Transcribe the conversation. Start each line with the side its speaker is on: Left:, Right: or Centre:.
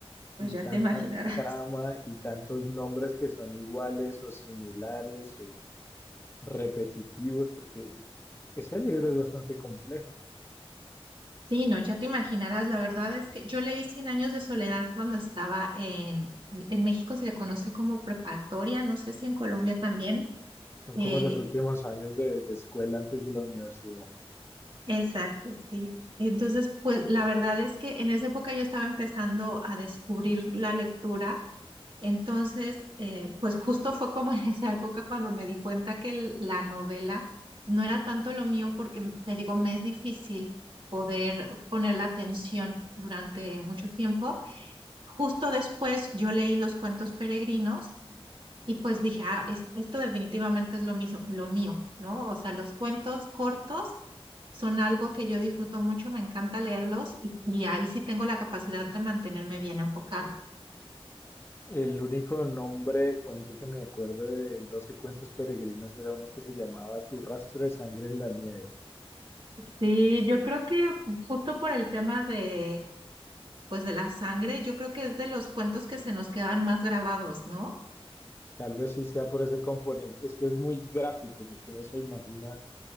Right: pues
Left: y
Right: ya
Left: tanta
Right: te imaginarás.
Left: trama y tantos nombres que son iguales o similares o repetitivos? Porque ese libro es bastante complejo.
Right: Sí, no, ya te imaginarás, la verdad es que yo leí Cien años de soledad cuando estaba en, en México, se le conoce como preparatoria, no sé si en Colombia también.
Left: Son
Right: Eh,
Left: como los últimos años de, de escuela antes de la universidad.
Right: exacto, sí. Entonces, pues la verdad es que en esa época yo estaba empezando a descubrir la lectura, entonces, eh, pues justo fue como <laughs> en esa época cuando me di cuenta que el- la novela no era tanto lo mío porque, te digo, me es difícil poder poner la atención durante mucho tiempo. justo después yo leí los cuentos peregrinos y pues dije, ah, es- esto definitivamente es lo mismo, lo mío, ¿no? O sea, los cuentos cortos son algo que yo disfruto mucho, me encanta leerlos y, y ahí sí tengo la capacidad de mantenerme bien enfocada.
Left: El único nombre de cuento que me acuerdo de doce cuentos peregrinos era uno que se llamaba Tu rastro de sangre en la nieve.
Right: Sí, yo creo que justo por el tema de, pues de la sangre, yo creo que es de los cuentos que se nos quedan más grabados, ¿no?
Left: Tal vez sí sea por ese componente. Es que es muy gráfico porque uno se imagina